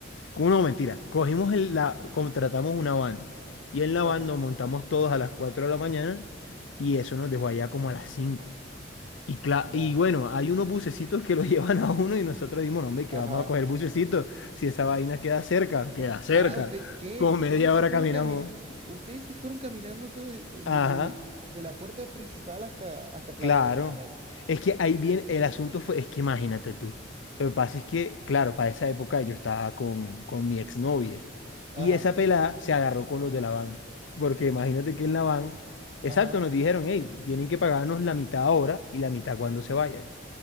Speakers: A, on the left (about 85°); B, on the right (about 35°).
A: No, mentira. Cogimos el, la, contratamos una van. Y en la
B: ajá,
A: van nos montamos todos a las 4 de la mañana y eso nos dejó allá como a las cinco Y, cla-
B: ya,
A: y bueno, hay unos bucecitos que lo <laughs> llevan a uno y nosotros dimos "No, hombre, que
B: ajá.
A: vamos a coger bucecito. Si esa vaina queda cerca, queda cerca.
B: Ah, usted, ¿qué?
A: Como
B: Ustedes
A: media hora
B: se fueron
A: caminamos.
B: caminando, ustedes se fueron caminando todo el, eh,
A: Ajá.
B: desde el- desde la puerta principal hasta, hasta Playa
A: Claro,
B: Cañaveral.
A: es que ahí viene, el asunto fue, es que imagínate tú, lo que pasa es que, claro, para esa época yo estaba con, con mi exnovia
B: Ajá,
A: y esa pelada se agarró con los de la van, porque imagínate que en la van, exacto,
B: ajá.
A: nos dijeron, hey, tienen que pagarnos la mitad ahora y la mitad cuando se vaya.